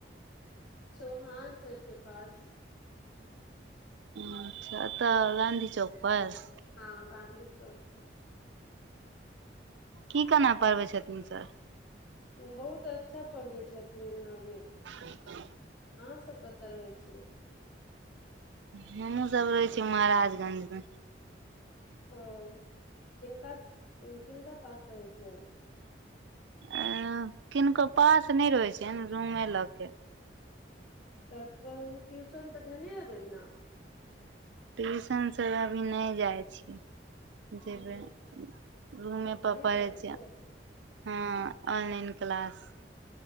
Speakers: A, on the left; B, on the right.
A: चौहान सर के पास
B: अच्छा तऽ गानधी चौकपर
A: हँ गाँधी चौकपर
B: की केना पढ़बै छथिन सर
A: बहुत अच्छा पढ़बै छथिन अभी
B: ह
A: अहाँ सब कतऽ रहै छीियै
B: हमूँ सब रहै छी महाराजगंज मे
A: ओ किनका पास पै रहै छियनि
B: अ किनको पास नहि रहै छिय रूमे लऽ के
A: त क ही ट्यूशन तऽ धेने हेबै न
B: ट्यूशन सब अभी नहि जाइ छीियै जेबै
A: ह
B: रूमेप
A: घरे
B: पढ़ै छियै
A: छै
B: हँ ऑनलाइन क्लास